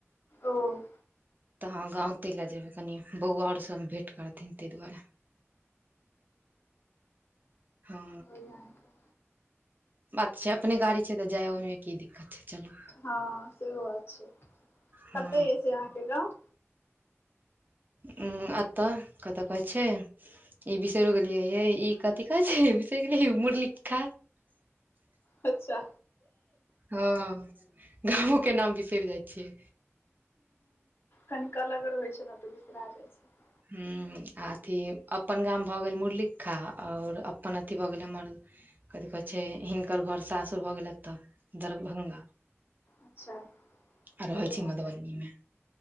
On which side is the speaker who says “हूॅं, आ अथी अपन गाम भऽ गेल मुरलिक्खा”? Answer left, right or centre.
Right